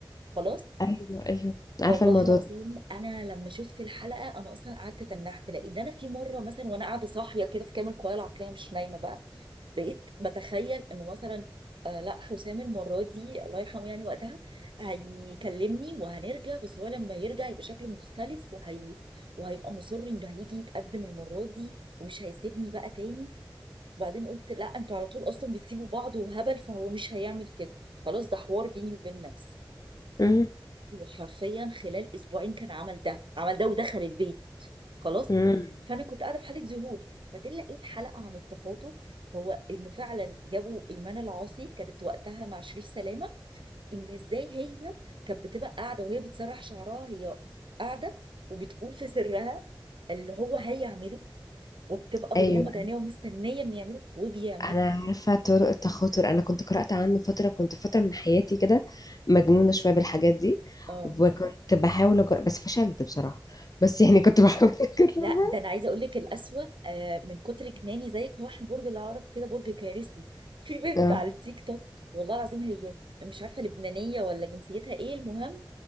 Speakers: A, on the right; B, on the left.
A: خلاص
B: ايوه ايوه
A: والله
B: عارفه الموضوع
A: العظيم
B: ده
A: انا لما شفت الحلقه انا اصلا قعدت تنحت لقيت ده انا في مره مثلا وانا قاعده صاحيه كده في كامل قوايا العقليه مش نايمه بقى بقيت بتخيل انه مثلا آه لا حسام المره دي الله يرحمه يعني وقتها هيكلمني وهنرجع بس هو لما يرجع يبقى شكله مختلف وهي وهيبقى مصر انه هيجي يتقدم المره دي ومش هيسيبني بقى تاني وبعدين قلت لا انتوا على طول اصلا بتسيبوا بعض وهبل فهو مش هيعمل كده خلاص ده حوار بيني وبين نفسي
B: مم.
A: وحرفيا خلال اسبوعين كان عمل ده عمل ده ودخل البيت خلاص
B: مم.
A: فانا كنت قاعده في حاله ذهول بعدين لقيت حلقه عن التخاطب هو ان فعلا جابوا ايمان العاصي كانت وقتها مع شريف سلامه ان ازاي هي كانت بتبقى قاعده وهي بتسرح شعرها هي قاعده وبتقول في سرها اللي هو هيعمله وبتبقى بتغمض
B: ايوه
A: عينيها ومستنيه ان يعمله وبيعمله
B: انا عارفه طرق التخاطر انا كنت قرات عنه فتره كنت فتره من حياتي كده مجنونه شويه بالحاجات دي
A: اه
B: وكنت بحاول أجرب بس فشلت بصراحه بس يعني كنت بحاول <laughs> اجربها
A: لا ده انا عايزه اقول لك الاسوأ آه، من كتر جناني زيك هو احنا برج العقرب كده برج كارثي <laughs> في بنت
B: اه
A: على التيك توك والله العظيم هي مش عارفه لبنانيه ولا جنسيتها ايه المهم